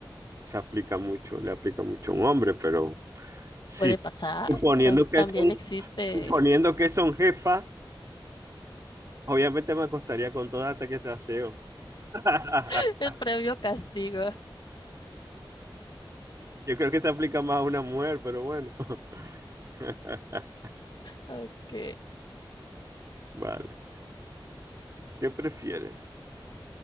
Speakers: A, on the right; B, on the left.
A: se aplica mucho, le aplica mucho a un hombre, pero sí,
B: Puede pasar,
A: suponiendo
B: tam-
A: que
B: también
A: son,
B: existe
A: suponiendo que son jefas, Obviamente me acostaría con todas hasta que sea SEO. <laughs>
B: <laughs> el previo castigo.
A: Yo creo que se aplica más a una mujer, pero bueno. <laughs>
B: Ok.
A: Vale. ¿Qué prefieres?